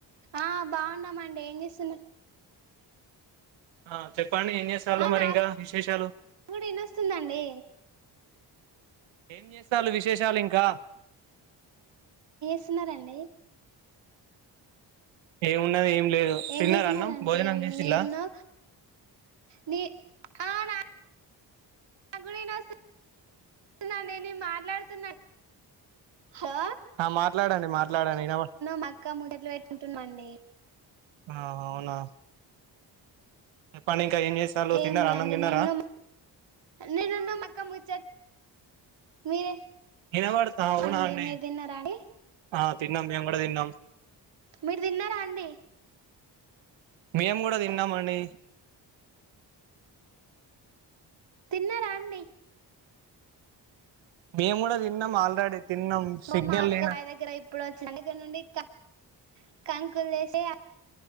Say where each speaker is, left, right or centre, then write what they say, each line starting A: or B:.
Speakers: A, on the right; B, on the right.
A: ఆ బాగున్నామండి ఏం చేస్తున్నరు
B: ఆ చెప్పండి ఏం జెసలు
A: ఆ
B: మరి
A: నాకు
B: ఇంకా విశేషాలు
A: కూడా ఇనొస్తుందండి
B: ఏం చేస్తాలు విశేషాలు ఇంకా
A: స్తున్నరండి
B: ఏం ఉన్నది ఏం లేదు
A: ఏం
B: తిన్నార
A: చేసున్నారండి
B: అన్నం భోజనం
A: ఏం
B: చేసిల్లా
A: నేను నీ ఆ నాకు కూడా ఇనస్తుందండి నే మాట్లాడుతున్నా అండీ హో
B: ఆ మాట్లాడండి మాట్ ట్లాడండి ఇనవ
A: మా అక్క ముచ్చట్లు పెట్టుకుంటున్నాండి
B: ఆ అవునా చెప్పండి ఇంకా ఏం చేస్తాలు
A: ఏం
B: తిన్నారా
A: లే
B: అన్నం
A: అండి
B: తిన్నారా
A: నేను నేనున్న మగ్ ఒక ముచ్చట్ మీరే
B: ఇనవడుతా అవునా
A: అండి
B: అడి
A: మీరు తిన్నారా అండి
B: ఆ తిన్నం మేము కూడా తిన్నాం
A: మీరు తిన్నారా అండి
B: మేము కూడా తిన్నామండి
A: తిన్నరా అండి
B: మేము కూడా తిన్నాం ఆల్రెడీ తిన్నాం సిగ్నల్
A: ఓ మా అక్క
B: లేనా
A: బావి దగ్గర ఇప్పుడు వచ్చిన దగ్గర నుండి క కంకులు దేసే అ